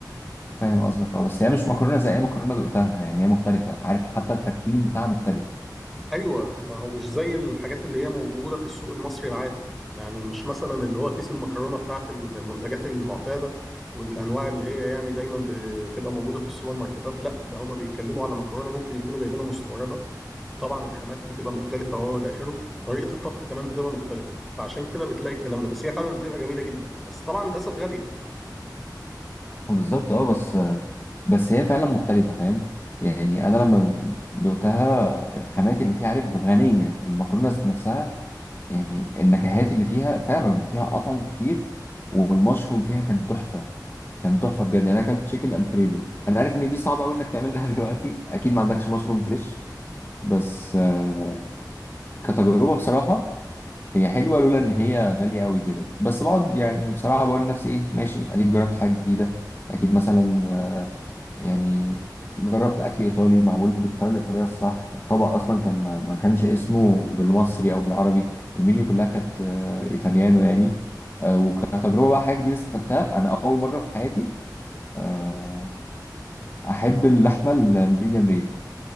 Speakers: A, on the left; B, in the centre.
A: فاهم قصدك اه بس هي مش مكرونه زي اي مكرونه دقتها يعني هي مختلفه عارف حتى التكوين بتاعها مختلف
B: ايوه ما هو مش زي الحاجات اللي هي موجوده في السوق المصري العادي يعني مش مثلا اللي هو كيس المكرونه بتاعت المنتجات المعتاده والانواع اللي هي يعني دايما بتبقى موجوده في السوبر ماركتات لا ده هما بيتكلموا على مكرونه ممكن يكونوا جايبينها مستورده طبعا الخامات بتبقى مختلفه وهو الى اخره طريقه الطبخ كمان بتبقى مختلفه فعشان كده بتلاقي الكلام ده بس هي فعلا بتبقى جميله جدا بس طبعا للاسف غاليه
A: بالظبط اه بس بس هي فعلا مختلفه فاهم يعني انا لما دقتها الخامات اللي فيها عارف غنيه المكرونه نفسها يعني النكهات اللي فيها فعلا فيها اطعم كتير والمشروم فيها كان تحفه كان تحفه
B: صحيح
A: بجد يعني انا اكلت تشيكن الفريدو انا عارف ان دي صعبه قوي انك تعملها <laughs> دلوقتي اكيد ما عندكش مشروم فريش بس آه، كتجربه بصراحه هي حلوه لولا ان هي غاليه قوي كده بس بقعد يعني بصراحه بقول لنفسي ايه ماشي اديك جربت حاجه جديده اكيد مثلا آه، يعني جربت اكل ايطالي معمول بالطريقه الايطاليه الصح الطبق اصلا كان ما ما كانش اسمه بالمصري او بالعربي المنيو كلها كانت آه، ايطاليانو يعني آه، وكتجربه بقى حاجه جديده استفدتها انا اول مره في حياتي آه، احب اللحمه ال- الميديم رير